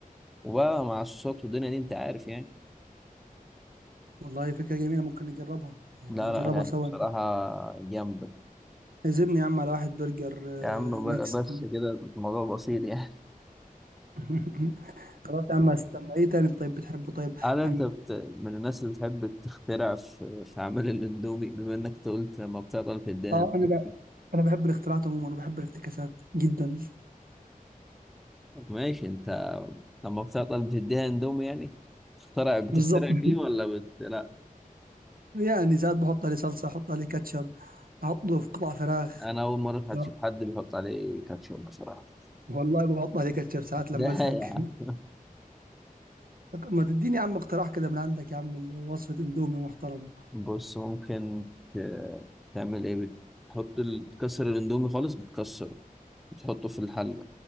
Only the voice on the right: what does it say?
والله فكرة جميلة ممكن نجربها يعني
نجربها
سوا
عزمني يا عم على واحد برجر آه،
ميكس
<laughs> خلاص يا عم استنى ايه تاني طيب بتحبه طيب
يعني
اه
انا بقى انا بحب الاختراعات عموما وبحب الافتكاسات جدا
بالظبط <laughs>
يعني ساعات بحط عليه صلصة احط عليه كاتشب احطه في قطع فراخ
لا،
والله بحط عليه كاتشب ساعات
لما
ازهق
<laughs>
ما تديني يا عم اقتراح كده من عندك يا عم وصفة اندومي محترمة